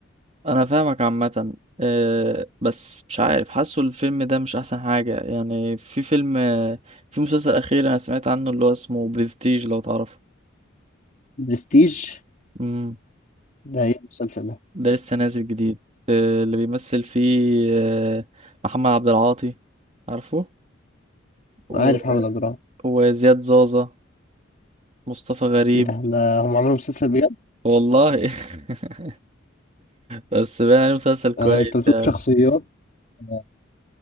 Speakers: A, on the right; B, on the left.
A: انا فاهمك عامة آه، بس مش عارف حاسه الفيلم ده مش احسن حاجة يعني في فيلم آه، في مسلسل اخير انا سمعت عنه اللي هو اسمه بريستيج لو تعرفه
B: برستيج
A: امم
B: ده ايه المسلسل ده
A: ده لسه نازل جديد آه، اللي بيمثل فيه آه، محمد عبد العاطي عارفه و...
B: انا عارف محمد عبد الرحمن
A: وزياد زازا مصطفى غريب
B: ايه ده ده هم عملوا مسلسل بجد
A: والله <laughs> بس بقى يعني مسلسل كويس
B: انا انت بتقول
A: يعني
B: شخصيات لا